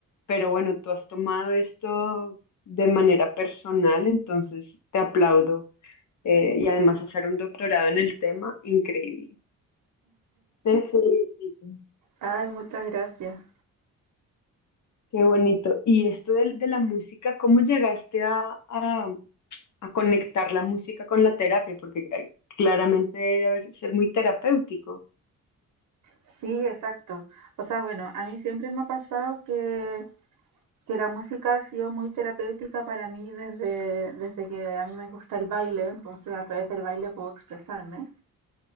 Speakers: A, on the left; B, on the right.
A: Pero bueno, tú has tomado esto de manera personal, entonces te aplaudo. Eh, y además hacer un doctorado en el tema, increíble. Te felicito.
B: Ay, muchas gracias.
A: Qué bonito. Y esto del- de, la música, ¿cómo llegaste a, a- a conectar la música con la terapia? Porque eh, claramente debe haber- ser muy terapéutico.
B: Sí, exacto. O sea, bueno, a mí siempre me ha pasado que, que la música ha sido muy terapéutica para mí desde, desde que a mí me gusta el baile, entonces a través del baile puedo expresarme.